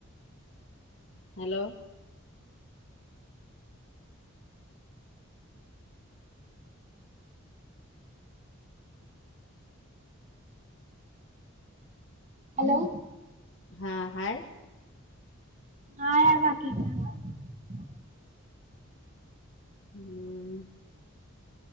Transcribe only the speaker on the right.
हॅलो.
नाय हाय काकी इकड.